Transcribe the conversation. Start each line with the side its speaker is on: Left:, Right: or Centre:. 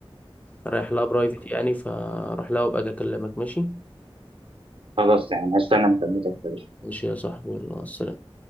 Left: رايح لها برايفت يعني فاروح لها وابقى اجي اكلمك ماشي
Right: خلاص يعني هستنى مكالمتك يا باشا.
Left: ماشي يا صاحبي يلا مع السلامة